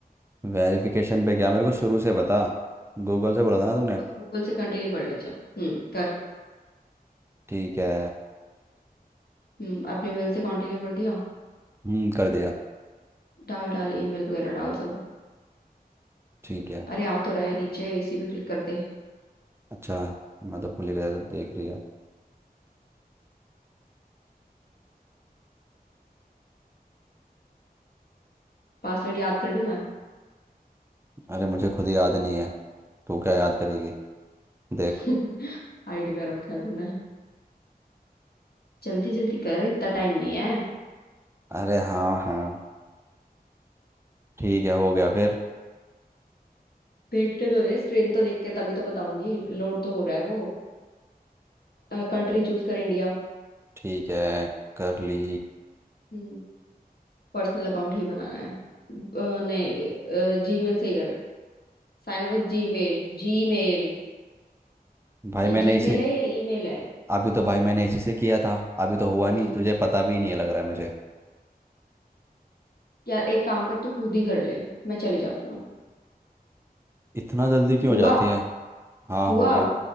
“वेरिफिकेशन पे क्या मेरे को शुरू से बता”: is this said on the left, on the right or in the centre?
Right